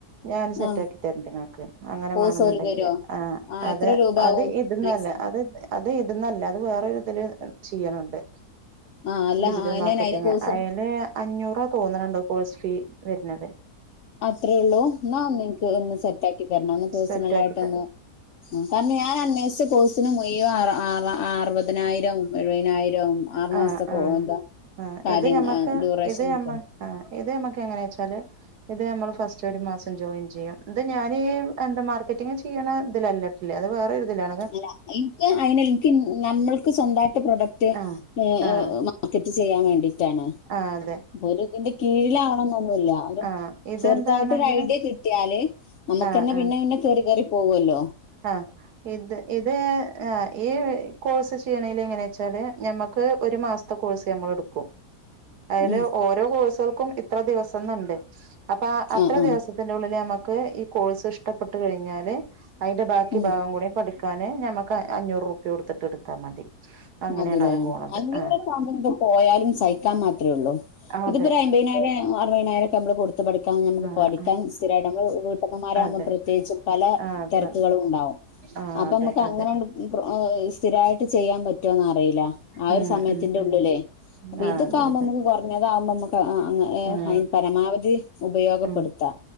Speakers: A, on the right (about 75°); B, on the left (about 60°).
A: ഞാൻ സെറ്റാക്കി
B: ആ
A: തരണ്ട് ഇങ്ങക്ക് അങ്ങനെ
B: കോഴ്സ്
A: വേണെന്നുണ്ടെങ്കില്
B: ഓല് തരുവോ
A: ആഹ്
B: ആ
A: അത്
B: എത്ര രൂപ
A: അത്
B: ആവും
A: ഇത്‌ന്നല്ല
B: മാക്സിമം
A: അത് അത് ഇത്‌ന്നല്ല അത് വേറൊരിതില് ചെയ്യണ്‌ണ്ട്
B: ആ അല്ല
A: ഡിജിറ്റൽ
B: അതിന്
A: മാർക്കറ്റിങ്
B: അതിന് കോഴ്സിന്
A: അയിന് അഞ്ഞൂറ തോന്നണ്‌ണ്ട് കോഴ്സ് ഫീ വര്ണത്
B: അത്രയേ ഉള്ളൂ എന്നാ ഒന്ന്ൻക്ക് അതൊന്ന് സെറ്റാക്കി തരണം ഒന്ന് പേഴസണലായിട്ടൊന്ന്
A: സെറ്റ് ആക്കിട്ട്
B: ആഹ് കാരണം ഞാൻ അന്വേഷിച്ച കോഴ്സ് ത്തിന് മുയ്‌വൻ ആള ആറ ആറുപതിനായിരം എഴുപതിനായിരവും ആറു
A: ആഹ്
B: മാസ കോ
A: ആഹ്
B: എന്താ
A: ആഹ്
B: കാര്യം
A: ഇത് ഞമ്മക്ക്
B: ആഹ് ഡ്യൂറേഷൻ
A: ഇത് ഞമ്മ
B: ഒക്കെ
A: ആഹ് ഇത് നമ്മക്ക് എങ്ങനെച്ചാല് ഇത് നമ്മള് ഫസ്റ്റ് ഒരു മാസം ജോയിൻ ചെയ്യാ ഇത് ഞാന് ഈ എന്താ മാർക്കറ്റിംഗ് ചെയ്യണ ഇതിലല്ല ഇല്ല അത് വേറൊരു ഇതിലാണ്
B: ഇല്ല ഇൻക്ക് അയിന് ഇൻക്ക് നമ്മൾക്ക് സ്വന്തായിട്ട് പ്രൊഡക്റ്റ്
A: ആഹ്
B: ഏഹ്
A: ആഹ്
B: ഏഹ് മാക്കറ്റ് ചെയ്യാൻ വേണ്ടിട്ടാണ്
A: ആഹ് അതെ
B: അപ്പൊ ഒര് ഇതിന്റെ കീഴിലാവണംന്നൊന്നുല്ല ഒരു
A: ആഹ് ഇതെന്താണെങ്കില്
B: ചെറുതായിട്ട് ഒരു ഐഡിയ കിട്ടിയാല് നമ്മക്കന്നെ
A: ആഹ് ആഹ്
B: പിന്നെ പിന്നെ കയറി കയറി പോകൊല്ലോ
A: ആഹ് ഇത് ഇത് ആഹ് ഈ കോഴ്സ് ചെയ്യണേല് എങ്ങനേച്ചാല് ഞമ്മക്ക് ഒരു മാസത്തെ കോഴ്സ് നമ്മള് എടുക്കും അയില്
B: ഉം
A: ഓരോ കോഴ്സുകൾക്കും ഇത്ര ദിവസംന്നുണ്ട് അപ്പൊ അത്ര
B: ആ ആ
A: ദിവസം ന്റെ ഉള്ളില് നമ്മക്ക് ഈ കോഴ്സ് ഇഷ്ടപ്പെട്ട് കഴിഞ്ഞാല് അയിന്റെ ബാക്കി
B: ഉം
A: ഭാഗം കൂടി പഠിക്ക ക്കാന് ഞമ്മക്ക് അഞ്ഞൂറ് ഉർപ്യ കൊടുത്തിട്ട് ഇടുത്താ മതി അങ്ങനെയാണ്
B: മതി ലേ
A: അത് പോണത്
B: അഞ്ഞൂറ്
A: ആഹ്
B: ഇപ്പ <unintelligible> പോയാലും സഹിക്കാൻ മാത്രെ ഉള്ളൂ
A: അതെ
B: ഇതിപ്പോ ഒരു അയ്മ്പീനായിരം അറുപതിനായിരൊക്കെ നമ്മള് കൊടുത്ത് പഠിക്കാൻ നമ്മക്ക്
A: ആഹ്
B: പഠിക്കാൻ സ്ഥിരായിട്ട് നമ്മള് വീ ട്ടമ്മമാരാകുമ്പം
A: അതെ
B: പ്രത്യേകിച്ചും പല
A: ആഹ്
B: തെരക്കുകളും
A: പ്ര
B: ഉണ്ടാവും
A: ആഹ്
B: അപ്പൊ
A: അതെ
B: നമ്മക്ക് അങ്ങനെ
A: അതെ
B: ആണ്ട് ഇനിപ്പൊ അഹ് സ്ഥിരായിട്ട് ചെയ്യാൻ പറ്റോന്നറിയില്ല ആ
A: ഉം
B: ഒരു സമയത്തിന്റെ
A: ഉം ഉം
B: ഉള്ളിലേ അപ്പൊ
A: ആഹ്
B: ഇതൊക്കെ
A: അതെ
B: ആകുമ്പോ
A: അതെ
B: നമ്മക്ക് കൊറഞ്ഞതാകുമ്പ നമ്മക്ക് ആഹ് അങ്ങ ഏഹ്
A: ഉം
B: അയിന് പരമാവധി ഉപയോഗപ്പെടു
A: ഉം
B: ത്ത.